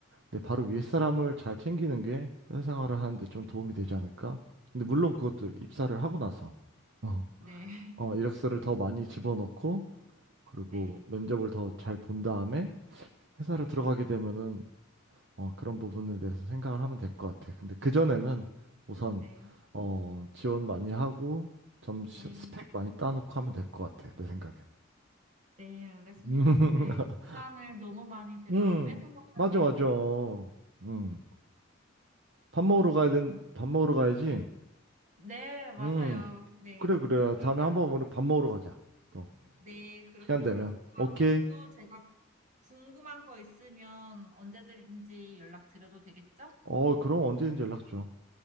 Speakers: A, on the right (about 55°); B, on the right (about 35°).
A: 네, 바로 위에 사람을 잘 챙기는 게 회사 생활을 하는데 좀 도움이 되지 않을까? 근데 물론 그것도 입사를 하고 나서 어,
B: 네, <laughs>
A: 어, 이력서를 더 많이 집어넣고 그리고
B: 네,
A: 면접을 더 잘 본 다음에 회사를
B: 네,
A: 들어가게 되면은 어, 그런 부분에 대해서 생각을 하면 될 것 같아. 근데 그전에는 우선
B: 네,
A: 어, 지원 많이 하고 좀 시-
B: 네,
A: 스펙 많이 따놓고 하면 될 것 같아. 내 생각엔.
B: 네, 알겠습니다,
A: <laughs>
B: 선배. 시간을 너무 많이 제가
A: 음,
B: 뺏은 것 같네요.
A: 맞아, 맞아. 음, 밥 먹으러 가야 된, 밥 먹으러 가야지.
B: 네, 맞아요.
A: 음.
B: 네.
A: 그래, 그래.
B: 그러면,
A: 다음에 한번 오늘 밥 먹으러 가자. 또,
B: 네, 그렇게
A: 시간 되면.
B: 해요. 다음에
A: 오케이.
B: 또 제가 궁금한 거 있으면 언제든지 연락드려도 되겠죠?
A: 어, 그럼 언제든지 연락 줘.